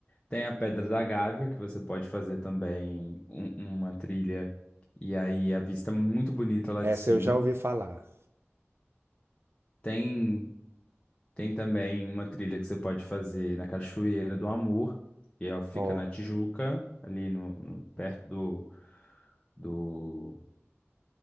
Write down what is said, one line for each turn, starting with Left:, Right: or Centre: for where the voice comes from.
Left: Tem a Pedra da Gávea, que você pode fazer também um- uma trilha. E aí a vista é muito bonita lá
Right: essa
Left: de cima.
Right: eu já ouvi falar.
Left: Tem. Tem também uma trilha que você pode fazer na Cachoeira do Amor, que ela fica
Right: Ó,
Left: na Tijuca, ali no, no- perto do, do,